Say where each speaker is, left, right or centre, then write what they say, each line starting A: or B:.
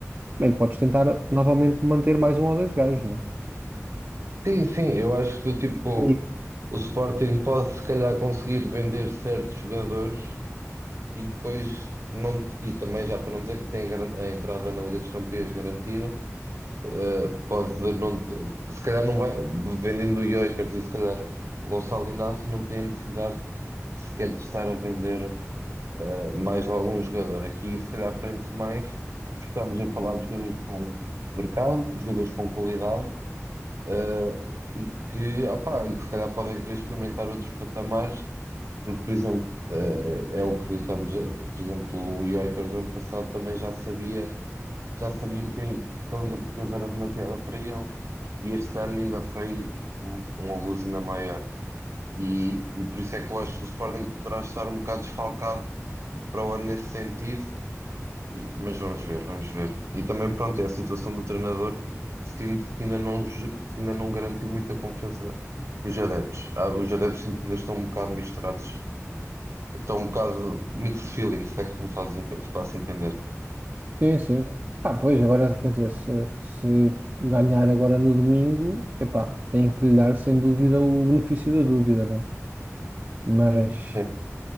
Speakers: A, on the right (about 40°); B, on the right (about 60°).
A: bem, podes tentar novamente manter mais um ou dois gajos, né?
B: Sim, sim, eu acho que tipo,
A: Aí.
B: o Sporting pode se calhar conseguir vender certos jogadores e depois não, te- e também já para não dizer que tem a, garan- a entrada na Liga dos Campeões garantida, eh, pode não te- se calhar não vai vendendo o Gyökeres e se calhar o Gonçalo Inácio não tem a necessidade sequer de estar a vender eh, mais algum jogador. Aqui se calhar prende-se mais, porque estamos a falar de jogadores com mercado, jogadores com qualidade eh, e que, opá, e que se calhar podem querer experimentar outros patamares, porque, por exemplo, eh, é o que estamos, a- por exemplo, o Jokers do ano passado também já sabia, já sabia que, que a Liga Portuguesa era demasiada para ele, e este ano ainda foi um, um abuso ainda maior. E, e por isso é que eu acho que o Sporting poderá estar um bocado desfalcado para o ano nesse sentido e- mas vamos ver, vamos ver. E também, pronto, é a situação do treinador, sinto que ainda não, ju- que ainda não garantiu muita confiança nos adeptos. Ah, os adeptos sinto que ainda estão um bocado misturados, estão um bocado mixed feelings, se é que tu me fazes ente- faço entender.
A: Sim, sim. Pá, pois, agora, quer dizer, se, se ganhar agora no domingo, epá, tem que lhe dar sem dúvida o benefício da dúvida, né? Mas,
B: Sim,